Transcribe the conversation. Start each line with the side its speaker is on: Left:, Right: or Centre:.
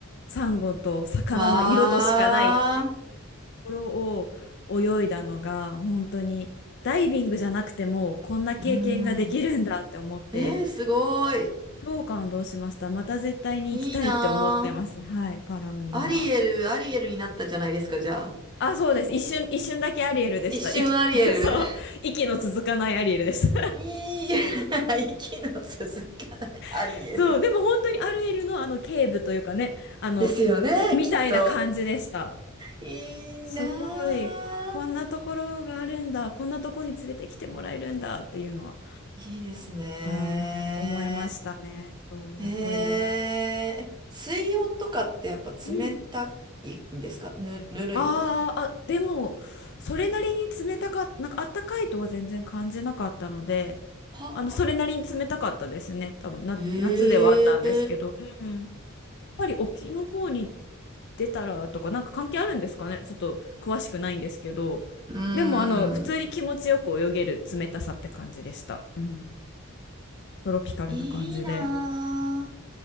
Left: サンゴと魚の色としかないっていうところを泳いだのが本当にダイビングじゃなくてもこんな経験ができるんだって思って。
Right: わー。うーん。えー、すごい。
Left: 超感動しました。また絶対に行きたいって思ってます。
Right: いいな
Left: はい、パラオには。
Right: ー。アリエル、アリエルになったじゃないですか、じゃあ。
Left: あ、そうです。一瞬、一瞬だけアリエルでした。
Right: 一瞬アリエル。
Left: 息。<laughs> そう。息の続かないアリエルでした。
Right: いい、<laughs> 息の続かないアリエル。
Left: <laughs> そう。でも本当にアリエルのあの警部というかね、あの、
Right: ですよね、
Left: みたいな感じでした。
Right: きっと。いいなー
Left: すごい。こんなところがあるんだ。こんなとこに連れてきてもらえるんだっていうのは、
Right: いいですね
Left: あー、思いましたね。そう、
Right: ー。ええ、
Left: やっぱり。
Right: 水温とかってやっぱ冷たいんですかぬ、
Left: うん
Right: ぬるいのかな
Left: あーあ、でも、それなりに冷たかった、なんかあったかいとは全然感じなかったので、
Right: は
Left: あの、それなりに冷たかったですね。多分な、
Right: え
Left: 夏ではあったんですけど、
Right: え
Left: うん。やっぱり沖の方に出たらとか、なんか関係あるんですかね。ちょっと詳しくないんですけど、
Right: うん。
Left: でも、あの、普通に気持ちよく泳げる冷たさって感じでした。うん。トロピカルな感じで。
Right: いいな